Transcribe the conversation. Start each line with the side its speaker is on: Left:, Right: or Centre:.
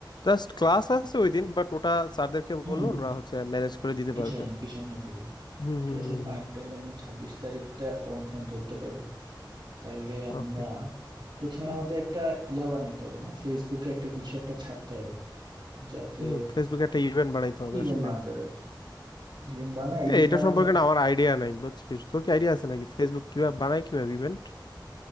Left: জাস্ট ক্লাস আছে ওই দিন বাট ওটা স্যারদেরকে
Right: হুম
Left: বললো ওরা হচ্ছে ম্যানেজ করে দিতে
Right: পিছায়
Left: পারবে
Right: পিছায় হয়ে যাবে
Left: হুম
Right: ঠিক
Left: হুম
Right: আছে
Left: হুম
Right: ফাইন তাহলে আমরা ছাব্বিশ তারিখটা কনফার্ম করতে পারি তাইলে আমরা
Left: ওকে
Right: প্রথমে আমাদের একটা ইয়া বানাইতে হবে না ফেসবুকে একটা কিছু একটা ছাড়তে হবে যাতে
Left: হুম ফেসবুকে একটা ইভেন্ট বানাইতে হবে
Right: ইভেন্ট
Left: আসলে
Right: বানাতে হবে ইভেন্ট বানায় ইভেন্ট
Left: এ, এটা সম্পর্কে
Right: আমরা
Left: না আমার আইডিয়া নাই বুঝছিস তোর কি আইডিয়া আছে নাকি ফেসবুক কিভাবে বানায় কিভাবে ইভেন্ট